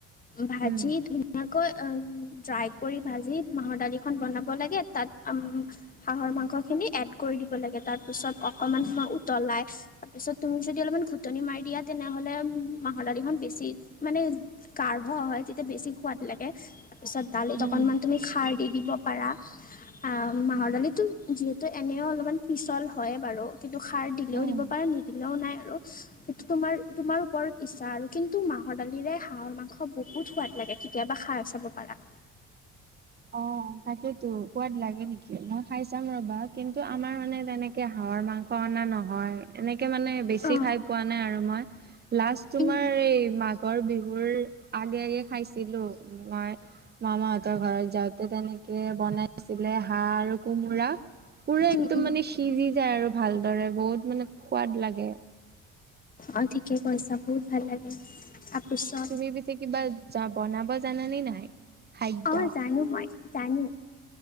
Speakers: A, on the left; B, on the right.
A: ভাজি
B: উম
A: ধো ধুনীয়া কৈ উ ড্ৰাই কৰি ভাজি মাহৰ দালিখন বনাব লাগে তাত হাঁহৰ মাংসখিনি এড কৰি দিব লাগে। তাৰ পিছত অকমান সময় উতলাই তাৰপিছত তুমি যদি অলপমান ঘুটনি মাৰি দিয়া। তেনে হ'লে মাহৰ দালিখন বেছি মানে। কাঢ় হয় তেতিয়া বেছি সোৱাদ লাগে। তাৰপিছত দালিত
B: উম
A: অকনমান। তুমি খাৰ দি দিব পাৰা। আ মাহৰ দালি যিহেতু এনেও অলপমান পিছল হয় বাৰু। কিন্তু সাৰ দিলেওঁ
B: উম
A: দিব পাৰা নিদিলেও নাই আৰু। সেইটো তোমাৰ তোমাৰ ওপৰত ইচ্ছা আৰু কিন্তু মাহৰ দালিৰে হাঁহ মাংস বহুত বহুত সোৱাদ লাগে, কেতিয়াবা খাই চাব পাৰা।
B: অ' তাকেইেতো সোৱাদ লাগে নেকি, মই খাই চাম ৰবা কিন্তু আমাৰ মানে তেনেকে। এ হাঁহৰ মাংস অনা নহয়, এনেকে মানে বেছি
A: অ
B: খাই পোৱা নাই আৰু মই। লাষ্ট তোমাৰ
A: উম
B: এই মাঘৰ বিহুৰ আগে আগে খাইছিলো মই। মামাহত ঘৰত। যাওঁতে তেনেকে বনাইছিলে হাঁহ আৰু কোমোৰা পুৰা
A: উম
B: একদম
A: উম
B: মানে সিজি যায় আৰু ভালদৰে বহুত মানে সোৱাদ লাগে।
A: অ' ঠিকে কৈছা। বহুত ভাল লাগে। তাৰপিছত
B: তুমি পিছে কিবা জব বনাব জানানে নাই? খাদ্য
A: অ' জানো মই জানো।